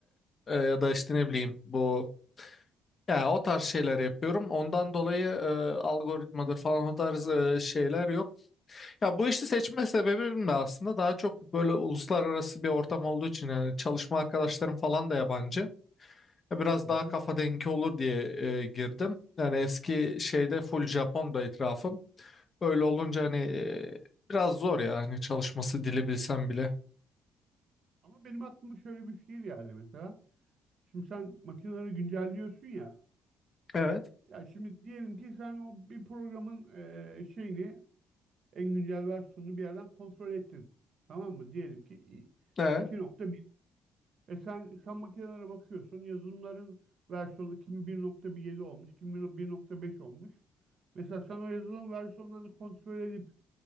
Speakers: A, on the left (about 40°); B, on the right (about 60°).
A: e, e, ya da işte ne bileyim bu Ya o tarz şeyler yapıyorum. Ondan dolayı e, algoritmadır falan o tarz e, şeyler yok. Ya bu işi seçme sebebim de aslında daha çok böyle uluslararası bir ortam olduğu için yani çalışma arkadaşlarım falan da yabancı. Ya Biraz
B: Hı hı.
A: daha kafa dengi olur diye e, girdim. Yani eski şeyde full Japon'da etrafım. Öyle olunca hani e, biraz zor ya hani çalışması dili bilsem bile.
B: Ama benim aklıma şöyle bir şey geldi mesela. Şimdi sen makineleri güncelliyorsun ya.
A: Evet.
B: Ya şimdi diyelim ki sen o bir programın eee, şeyini en güncel versiyonunu bir yerden kontrol ettin. Tamam mı? Diyelim ki i-
A: Evet.
B: 2.1. E sen, sen makinelere bakıyorsun. Yazılımların versiyonu kimi 1.17 olmuş, kimi 1.5 olmuş. Mesela sen o yazılım versiyonlarını kontrol edip